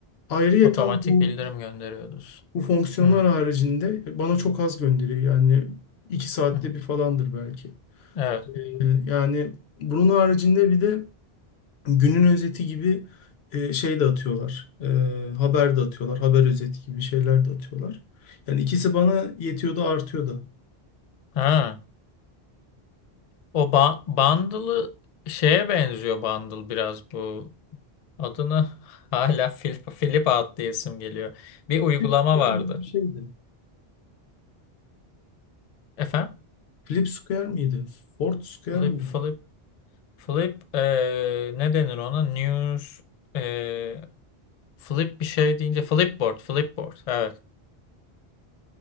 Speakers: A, on the left; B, on the left.
A: Ayrıyeten
B: Otomatik
A: bu,
B: bildirim gönderiyoruz.
A: bu fonksiyonlar
B: Hı
A: haricinde bana çok az gönderiyor. Yani iki saatte
B: hı.
A: bir falandır belki.
B: Evet.
A: Ee, yani bunun haricinde bir de günün özeti gibi e, şey de atıyorlar. Ee, haber de atıyorlar. Haber özeti gibi şeyler de atıyorlar. Yani ikisi bana yetiyor da artıyor da.
B: Ha. O ba bundle'ı şeye benziyor bundle biraz bu. Adını <laughs> hala Flip, Flip Out diye isim geliyor. Bir uygulama
A: Flip Square
B: vardı.
A: gibi bir şeydi.
B: Efendim?
A: Flip Square miydi? Ford Square
B: Flip,
A: miydi?
B: Flip, Flip eee, ne denir ona? News eee, Flip bir şey deyince Flipboard, Flipboard. Evet.